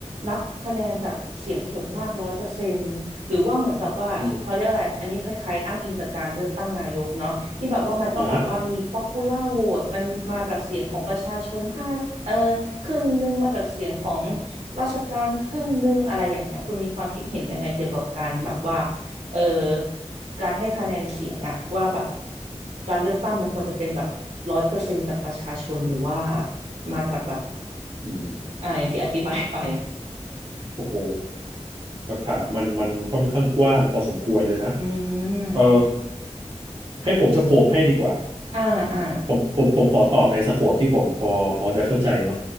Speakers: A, on the right; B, on the right.
A: นับคะแนนจากเสียงส่วนมากร้อยเปอร์เซ็นต์หรือว่าเหมือนแบบว่าเขาเรียกอะไรอันนี้คล้ายๆอ้างอิงจากการเลือกตั้งนายกเนาะที่แบบว่ามันต้องแบบว่ามี
B: อืมอ่ะฮะ
A: popular vote เป็นมาจากเสียงของประชาชนห้าเออครึ่งหนึ่งมาจากเสียงของ ราชการครึ่งหนึ่งอะไรอย่างเงี้ยคุณมีความคิดเห็นยังไงเกี่ยวกับการแบบว่าเออการให้คะแนนเสียงอะว่าแบบการเลือกตั้งมันควรจะเป็นแบบร้อยเปอร์เซ็นต์จากประชาชนหรือว่ามาจากแบบ
B: อืม
A: อ่าอย่างที่อธิบายไป
B: โอ้โห คำถามมันมันค่อนข้างกว้างพอสมควรเลยนะ
A: อืม
B: เออให้ผมสโคปให้ดีกว่า
A: อ่าอ่า
B: ผมผมผมขอตอบในสโคปที่ผมพอพอจะเข้าใจเนาะ